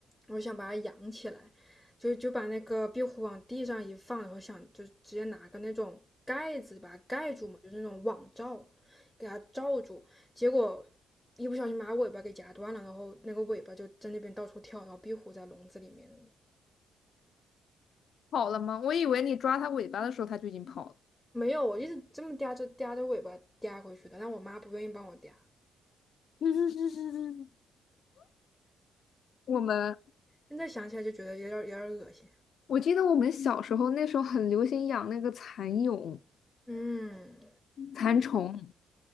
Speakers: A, in the centre; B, on the left.
A: 我想把它养起来，就就把那个壁虎往地上一放，然后想就直接拿个那种盖子把它盖住嘛，就是那种网罩，给它罩住。结果一不小心把它尾巴给夹断了，然后那个尾巴就在那边到处跳，然后壁虎在笼子里面。
B: 跑了吗？我以为你抓它尾巴的时候，它就已经跑了。
A: 没有，我一直这么嗲着嗲着尾巴嗲回去的，但我妈不愿意帮我嗲。
B: <laughs> 我们。
A: 现在想起来就觉得有点有点恶心。
B: 我记得我们小时候那时候很流行养那个蚕蛹、
A: 嗯，
B: 蚕虫，